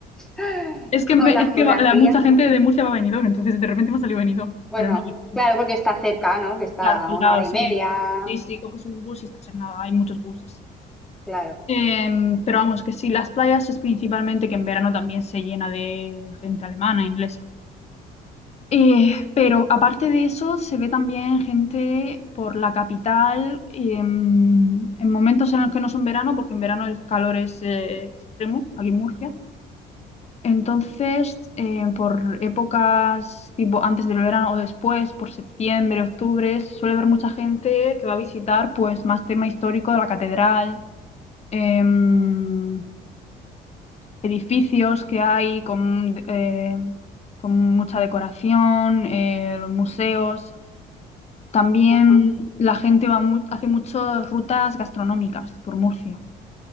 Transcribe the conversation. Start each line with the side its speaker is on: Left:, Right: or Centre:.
Centre: <laughs>
Left: es que,
Centre: con
Left: me-
Centre: la
Left: es
Centre: geografía.
Left: que va- la, mucha gente de Murcia va a Benidorm, entonces de repente me ha salido Benidorm,
Centre: Bueno,
Left: pero no. Benidorm
Centre: claro,
Left: no.
Centre: porque está cerca, ¿no? Que está
Left: Claro, que
Centre: a una
Left: al lado,
Centre: hora
Left: sí,
Centre: y media.
Left: sí, sí, coges un bus y estás en nada, hay muchos buses.
Centre: Claro.
Left: Em, pero vamos, que sí, las playas es principalmente que en verano también se llena de gente alemana, inglesa. Eh, pero aparte de eso, se ve también gente por la capital em, en momentos en los que no son verano, porque en verano el calor es eh, extremo aquí en Murcia. Entonces, eh, por épocas tipo antes del verano o después, por septiembre, octubre, suele haber mucha gente que va a visitar pues más tema histórico de la catedral, em, edificios que hay con, eh, con mucha decoración, eh, museos. También
Centre: Ajá.
Left: la gente va mu- hace muchas rutas gastronómicas por Murcia.